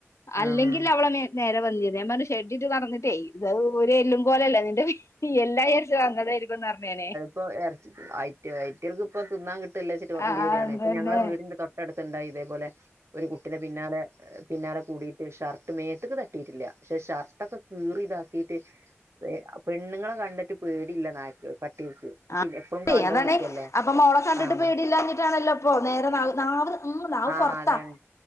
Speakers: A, on the left; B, on the right.
A: അല്ലെങ്കി
B: ആഹ്
A: അവളെ നേ നേരെ വന്നെര്ന്ന് ഞാൻ പർഞ്ഞ് ഷെ ഡിട്ട് നടന്നിട്ടേ ഇത് അവ് ഒരു എല്ലും കോലല്ലേ നിന്റെ എല്ലാ യാര്ച്ചു വന്നതായിരിക്കും ന്നർഞ്ഞ് ഞാനെ
B: ഇപ്പോ എർച്ച് അയ്റ്റ് അയ്റ്റള്ക്ക്പ്പോ തിന്നാൻ കി ട്ടല്ലേച്ചിട്ട് മണ്ടി
A: ആഹ്
B: വര്യാണെ
A: ആഹ്
B: ഇപ്പ
A: പിന്നെ
B: ഞങ്ങളെ വീടിന്റെ തൊട്ടട്ത്ത് ഇണ്ടായി ഇതേ പോലെ ഒരു കുട്ടിനെ പിന്നാലെ പിന്നാലെ കൂടിയിട്ട് ഷർട്ട് മേത്തക്ക് തട്ടിയിട്ടില്ല പക്ഷേ ഷർട്ടെക്കെ കീറി ഇതാക്കിയി ട്ടി ഏഹ് ആഹ് പെണ്ണ്ങ്ങളെ കണ്ടിട്ട് പേടില്ലാ നായക്കൾ പട്ടികൾക്ക്
A: ആഹ്
B: പിന്നെ എപ്പഴും കണ്ടോണ്ടിക്കല്ലേ
A: അതാണെ അപ്പം മോള കണ്ടിട്ട്
B: ആഹ്
A: പേടിയില്ലാഞ്ഞിട്ടാണല്ലോ അപ്പൊ നേരെ നാവ് നാവ് ഉം നാവ്
B: ആഹ്
A: പൊറ്ത്താ
B: അതാണ്